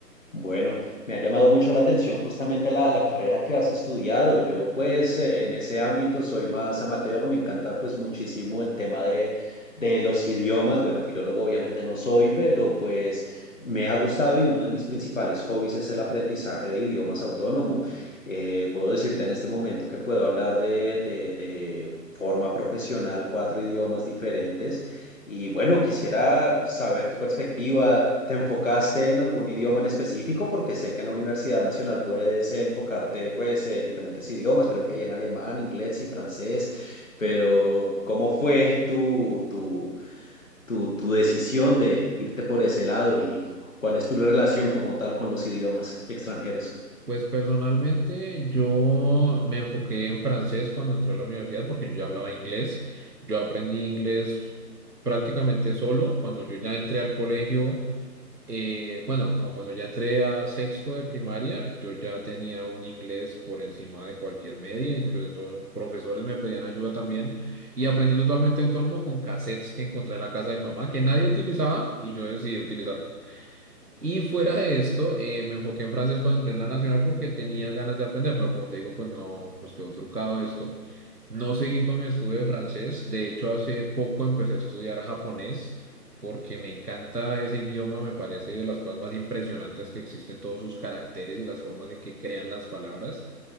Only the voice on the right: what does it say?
Pues personalmente yo me enfoqué en francés cuando entré a la universidad porque yo ya hablaba inglés. Yo aprendí inglés prácticamente solo. Cuando yo ya entré al colegio, Eh, bueno, no, cuando ya entré a sexto de primaria, yo ya tenía un inglés por encima de cualquier media, incluso profesores me pedían ayuda también, y aprendí totalmente autónomo con cassettes que encontré en la casa de mi mamá, que nadie utilizaba, y yo decidí utilizarlos. Y <laughs> fuera de esto, eh, me enfoqué en francés cuando entré en la nacional porque tenía ganas de aprender, pero como te digo, pues no, pues quedó trucado esto. No seguí con mi estudio de francés, de hecho hace poco empecé a estudiar japonés porque me encanta ese idioma, me parece de las cosas más impresionantes que existen todos sus caracteres y las formas en que crean las palabras,